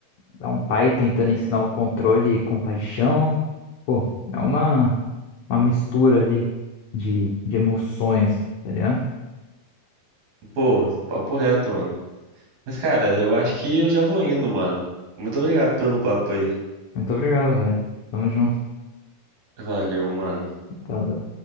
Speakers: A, on the left; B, on the right.
A: a um pai tentando ensinar o controle e compaixão. Pô, é uma, uma mistura ali de, de emoções, tá ligado?
B: Pô, papo reto, mano. Mas, cara, eu acho que eu já vou indo, mano. Muito obrigado pelo papo aí.
A: Muito obrigado, velho. Tamo junto.
B: Valeu, mano.
A: Valeu.